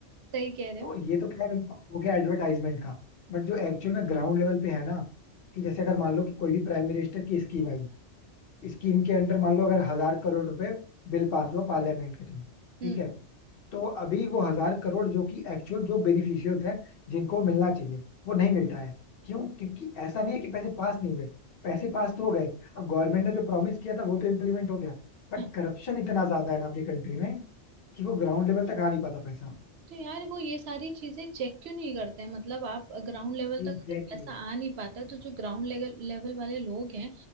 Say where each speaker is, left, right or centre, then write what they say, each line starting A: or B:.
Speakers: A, on the right (about 70°); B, on the left (about 55°).
A: सही कह रहे
B: तो
A: हो
B: ये तो खैर इनको हो गया एडवर्टाइजमेंट का बट जो एक्चुअल में ग्राउंड लेवल पे है ना कि जैसे अगर मान लो कि कोई भी प्राइम मिनिस्टर की स्कीम आई स्कीम के अंडर मान लो अगर हजार करोड़ रुपए बिल पास हुआ पार्लियामेंट के थ्रू ठीक
A: हम्म
B: है तो अभी वो हजार करोड़ जो कि एक्चुअल जो बेनिफिशियल्स हैं जिनको मिलना चाहिए वो नहीं मिलता है क्यों क्योंकि ऐसा नहीं है कि पैसे पास नहीं हुए पैसे पास तो हो गए अब गवर्नमेंट ने जो प्रॉमिस किया था वो तो इम्प्लीमेंट हो गया बट
A: हाँ।
B: करप्शन इतना ज्यादा है ना अपनी कंट्री में कि वो ग्राउंड लेवल तक आ नहीं पाता पैसा
A: तो यार वो ये सारी चीजें चेक क्यों नहीं करते हैं मतलब आप ग्राउंड लेवल तक
B: Exactly
A: अगर पैसा
B: exactly.
A: आ नहीं पाता तो जो ग्राउंड लेवल लेवल वाले लोग हैं